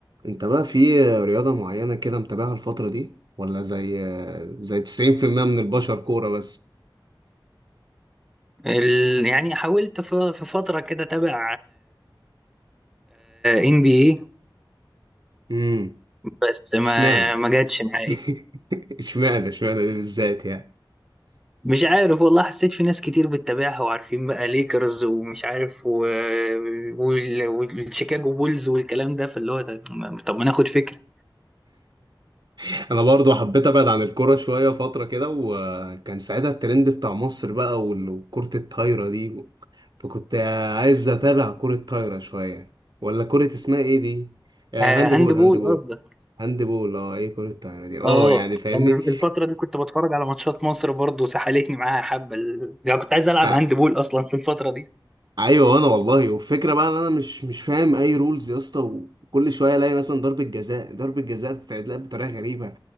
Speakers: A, on the right; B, in the centre.
A: انت بقى في رياضة معينة كده متابعها الفترة دي ولا زي زي 90% من البشر كورة بس
B: ال- يعني حاولت ف- في فترة كده اتابع ان بي اي
A: امم
B: بس ما
A: اشمعنى
B: ما جاتش معايا
A: <laughs> اشمعنى اشمعنى دي بالذات يعني
B: مش عارف والله حسيت في ناس كتير بتتابعها وعارفين بقى ليكرز ومش عارف و... وال- والشيكاغو بولز والكلام ده فاللي هو ده- طب ما ناخد فكرة
A: <laughs> انا برضو حبيت ابعد عن الكورة شوية فترة كده وكان ساعتها الترند بتاع مصر بقى وال- وكرة الطايرة دي فكنت عايز اتابع كرة طايرة شوية ولا كرة اسمها ايه دي آه،
B: آه،
A: هاند
B: هاند
A: بول
B: بول
A: هاند بول
B: قصدك
A: هاند بول اه ايه كرة الطايرة دي اه
B: اه
A: يعني فاهمني
B: أنا الفترة دي كنت بتفرج على ماتشات مصر برضو سحلتني معاها حبة ال- يعني كنت عايز العب
A: آه،
B: هاند بول اصلا في الفترة دي
A: ايوه انا والله والفكره بقى ان انا مش مش فاهم اي رولز يا اسطى وكل شويه الاقي مثلا ضربه جزاء ضربه جزاء بتتلعب بطريقه غريبه